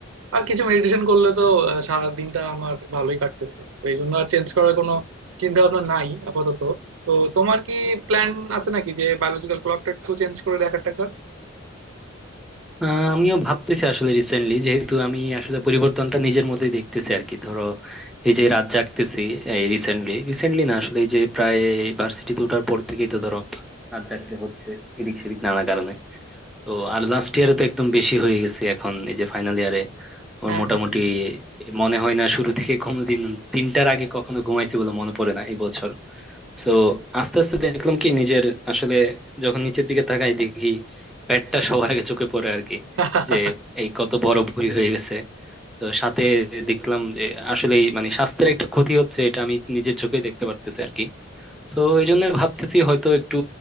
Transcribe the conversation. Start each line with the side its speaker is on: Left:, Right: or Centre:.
Right: আর কিছু মেডিটেশন করলে তো
Centre: আচ্ছা
Right: আহ, সারা দিনটা আমার ভালোই কাটতেছে তো এই জন্য আর চেঞ্জ করার কোনো চিন্তা ভাবনা নাই আপাতত তো তোমার কি প্ল্যান আছে নাকি যে বায়োলজিক্যাল ক্লকটা একটু চেঞ্জ করে দেখার টাকা
Centre: আহ, আমিও ভাবতেছি আসলে রিসেন্টলি যেহেতু আমি আসলে পরিবর্তনটা নিজের মধ্যেই দেখতেছি আর কি ধরো এই যে রাত জাগতেছি এই রিসেন্টলি রিসেন্টলি না আসলে এই যে প্রায় ভার্সিটিতে ওঠার পর থেকেই তো ধরো রাত জাগতে হচ্ছে এদিক সেদিক নানা কারণে তো আর লাস্ট ইয়ারে তো একদম বেশি হয়ে গেছে এখন এই যে ফাইনাল ইয়ারে আমার
Right: হ্যাঁ
Centre: মোটামুটি
Right: হ্যাঁ হ্যাঁ
Centre: মনে হয় না শুরু থেকে কোনোদিন তিনটার আগে কখনো ঘুমাইছি বলে মনে পড়ে না এই বছর সো আস্তে আস্তে দেখলাম কি নিজের আসলে যখন নিচের দিকে তাকাই দেখি পেটটা সবার আগে চোখে পড়ে আর কি
Right: <laughs>
Centre: যে এই কত বড় ভুঁড়ি হয়ে গেছে তো সাথে দেখলাম যে আসলে মানে স্বাস্থ্যের একটা ক্ষতি হচ্ছে এটা আমি নিজের চোখে দেখতে পারতেছি আর কি তো এই জন্য ভাবতেছি হয়তো একটু